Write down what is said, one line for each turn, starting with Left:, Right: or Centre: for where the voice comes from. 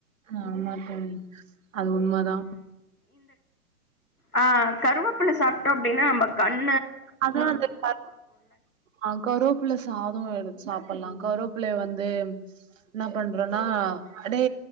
Right: ஆமா தோழி அது உண்ம தா
Left: ஆ கருவேப்பிள சாப்பிட்டோ அப்பிடின்னா நம்ம கண்
Right: அதா அந்த க ஆ கருவேப்புல்ல சாதோ எடுத் சாப்பிட்லா கருவேப்பலைய வந்து என்ன பண்றோனா அடே